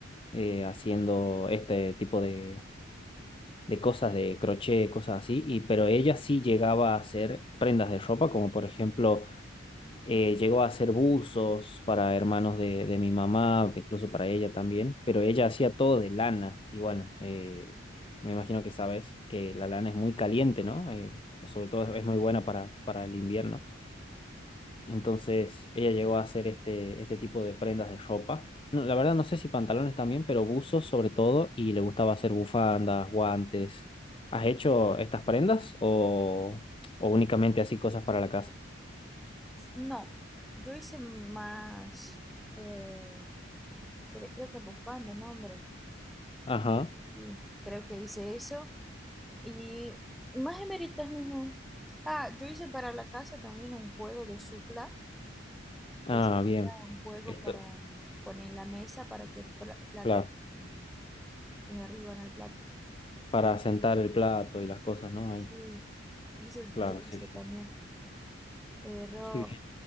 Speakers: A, on the left; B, in the centre.
A: eh, haciendo este tipo de de cosas de crochet, cosas así, y, pero ella sí llegaba a hacer prendas de ropa, como por ejemplo, eh, llegó a hacer buzos para hermanos de, de mi mamá, incluso para ella también, pero ella hacía todo de lana, y bueno, eh, me imagino que sabes que la lana es muy caliente, ¿no? Eh, sobre todo es muy buena para, para el invierno. Entonces ella llegó a hacer este, este tipo de prendas de ropa. No, la verdad no sé si pantalones también, pero buzos sobre todo, y le gustaba hacer bufandas, guantes. ¿Has hecho estas prendas o, o únicamente así cosas para la casa?
B: No, yo hice más, eh, se le- creo que bufandas, no, hombre.
A: Ajá.
B: Sí, creo que hice eso y más gemeritas mismo. Ah, yo hice para la casa también un juego de supla
A: Ah,
B: que sería
A: bien.
B: un juego
A: Esto,
B: para poner en la mesa para que el pla- plato
A: claro,
B: ponga ponga arriba en el plato.
A: para sentar el plato y las cosas, ¿no?
B: Y
A: Ahí.
B: Sí, hice-
A: Claro,
B: yo
A: sí,
B: hice
A: sí.
B: también, pero
A: Qué bien.